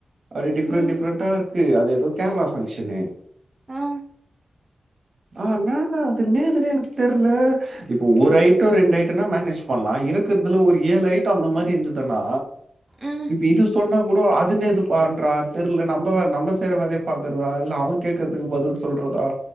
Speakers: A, on the right; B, on the right.
A: அப்டி டிஃப்ரெண்ட்
B: ம்
A: டிஃப்ரெண்டடா இருக்கு அது ஏதோ கேரளா ஃபங்க்ஷனு
B: ஆ
A: ஆ வேண்டா அது நேதுனே எனக் தெர்ல இப்போ ஒரு ஐட்டோ ரெண் ஐட்டோனா மேனேஜ் பண்லா இருக்கிறதுல ஒரு ஏழு ஐட் டோ அந்த மாரி இருந்ததுனா
B: ம்
A: இப்ப இது சொன்னா கூட அதுன்னே இது பண்றா தெர்ல நம்ம வே நம்ம செய்யற வேலைய பாக்குறதா இல்ல அவன் கேக்குறதுக்கு பதில் சொல்றதா